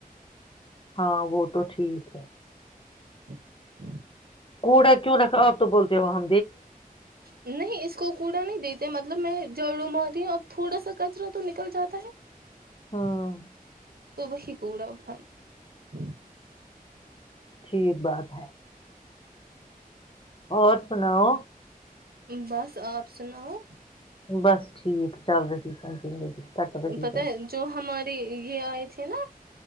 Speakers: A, on the left (about 35°); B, on the right (about 80°).
A: ہاں وہ تو ٹھیک ہے
B: ہ ہوں
A: کوڑا کیوں رکھا آپ تو بولتا ج ہاں
B: نہیں اس کو کوڑا نہیں دیتے مطل مطلب میں جڑوں م آتیی ہوں اب تھوڑا سا کچرا تو نکل جاتا ہے
A: ہاں
B: <unintelligible> تو وہی کوڑا ا پن
A: ٹھیک بات ہے اور سناؤ
B: بس آپ سناؤ
A: بس ٹھیک چل رہی تھی س زندگی کٹ رہی
B: پتہ
A: ہے
B: جو ہمار <unintelligible> یہ آئے تھے نا